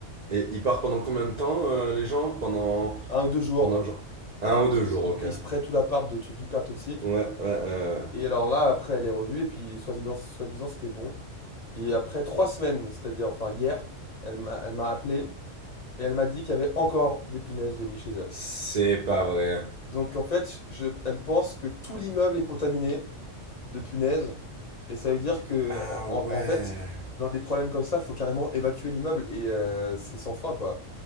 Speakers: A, on the right; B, on the left.
A: Et ils partent pendant combien de temps, euh, les gens? Pendant,
B: Un ou deux jours.
A: pendant genre un
B: Parce
A: ou deux
B: que
A: jours,
B: c'est- il
A: ok.
B: pr- il spray tout l'appart de trucs hyper toxiques.
A: Ouais, ouais, euh,
B: Et alors là, après, elle est revenue et puis soi-disant, soi-disant, c'était bon. Et après trois semaines, c'est-à-dire enfin hier, elle m'a elle m'a appelé et elle m'a dit qu'il y avait encore des punaises de lit chez elle.
A: c'est pas vrai.
B: Donc en fait, je, elle pense que tout l'immeuble est contaminé de punaises. Et ça veut dire que,
A: Ah
B: en, en-
A: ouais.
B: en fait, dans des problèmes comme ça, faut carrément évacuer l'immeuble. Et euh, c'est sans fin, quoi.